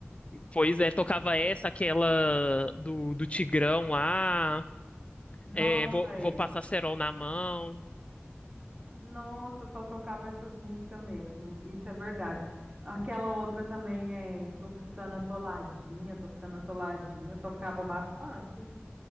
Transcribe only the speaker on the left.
Pois é, tocava essa, aquela do, do Tigrão lá.
é, vou,
vou passar cerol na mão.